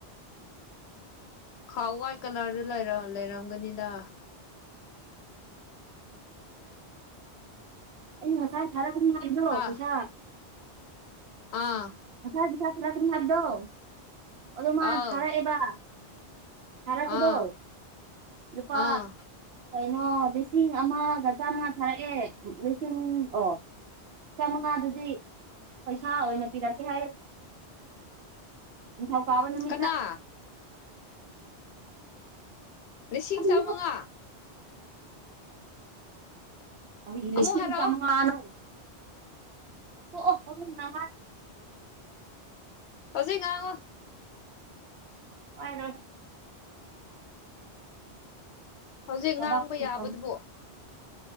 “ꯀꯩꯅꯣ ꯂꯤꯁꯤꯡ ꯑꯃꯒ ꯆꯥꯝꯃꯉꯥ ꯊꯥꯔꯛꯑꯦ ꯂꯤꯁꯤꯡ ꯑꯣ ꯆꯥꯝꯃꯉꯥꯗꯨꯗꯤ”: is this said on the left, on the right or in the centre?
Right